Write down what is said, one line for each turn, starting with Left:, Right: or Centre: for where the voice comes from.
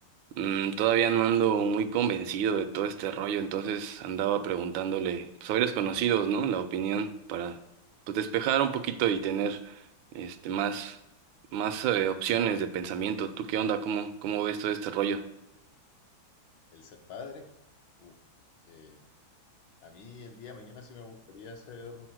Right: mm, todavía no ando muy convencido de todo este rollo, entonces andaba preguntándole pues, a varios conocidos, ¿no? La opinión para pues, despejar un poquito y tener este más, más eh, opciones de pensamiento. ¿Tú qué onda? ¿Cómo, cómo ves todo este rollo?
Left: ¿El ser padre? Uf, eh, a mí el día de mañana sí me gustaría ser